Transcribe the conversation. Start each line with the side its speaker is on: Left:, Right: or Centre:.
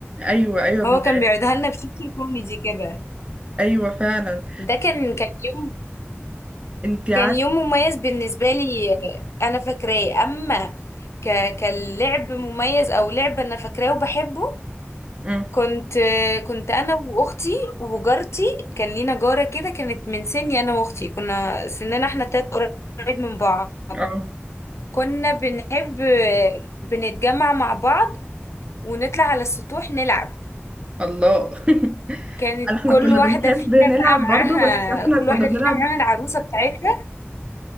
Right: ايوه ايوه ابن-
Left: هو كان بيقعدها لنا بشكل كوميدي كده
Right: ايوه فعلا
Left: ده كان كان يوم
Right: انت عارفه
Left: كان يوم مميز بالنسبة لي آه، انا فاكراه اما ك... كاللعب مميز او لعب انا فاكراه وبحبه
Right: أمم،
Left: كنت كنت انا واختي وجارتي كان لينا جاره كده كانت من سني انا واختي كنا سننا احنا تلات قريب من بعض
Right: اه
Left: كنا بنحب بنتجمع مع بعض ونطلع على السطوح نلعب
Right: الله <laughs>
Left: كانت
Right: احنا
Left: كل
Right: كنا
Left: واحده
Right: بنحب
Left: فينا
Right: نلعب
Left: بقى معاها
Right: برضه بس احنا
Left: كل
Right: كنا
Left: واحده
Right: بنلعب
Left: فينا معاها العروسه بتاعتها